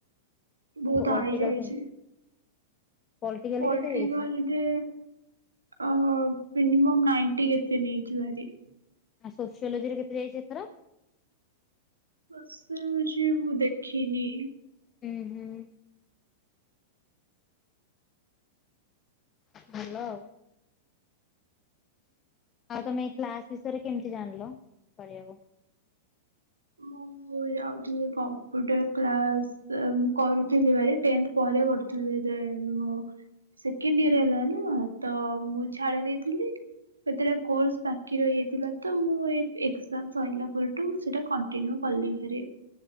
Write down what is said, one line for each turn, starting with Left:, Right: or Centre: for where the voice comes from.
Right: ବହୁତ
Left: ପଲଟିକାଲ
Right: ହାଇ ଯାଇଛି।
Left: ସାଇନ୍ସ ପଲଟିକାଲ
Right: ପଲିଟିିକାଲ
Left: କେତେ ଯାଇଛି
Right: ରେ ଅ ମିନିମମ୍ ନାଇଣ୍ଟି କେତ ନେଇଛି ଭାରି।
Left: ଆଉ ସୋସିଓଲୋଜି ରେ କେତ ଯାଇଛି ଏଥର?
Right: ସୋସିଓଲୋଜି ମୁଁ ଦେଖିନି।
Left: ଉଁ ହୁଁ। ଭଲ ଆଉ। ଆଉ ତମେ ଏଇ କ୍ଲାସ ବିଷୟରେ କେମିତି ଜାଣିଲ କରିବାକୁ?
Right: ମୁଁ ଯାଉଥିଲି କମ୍ପ୍ୟୁଟର କ୍ଲାସ। ସେ ମୁ କରୁଥିଲି ଭାଇ ଟେନ୍ଥ ପରେ କରୁଥିଲି ଦେନ୍ ମୋ ସେକେଣ୍ଡ ଇୟର ହେଲା ନା ତ ମୁଁ ଛାଡ ଦେଇଥିଲି। ସେଥିରେ କୋର୍ସ ବାକି ରହିଯାଇଥିଲା ତ ମୁଁ ଏଇ ଏକ୍ଜାମ ସରିଲା ପରଠୁ ମୁଁ ସେଇଟା କଣ୍ଟ କନ୍ତିନିଉ କଲି ହରି।